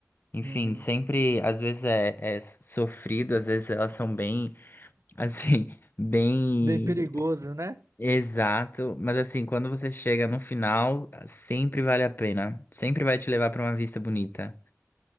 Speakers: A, on the left; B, on the right.
A: enfim,
B: uhum.
A: sempre às vezes é, é sofrido, às vezes elas são bem assim, <laughs> bem
B: Bem perigoso, né?
A: Exato, mas assim, quando você chega no final, ah, sempre vale a pena. Sempre vai te levar para uma vista bonita.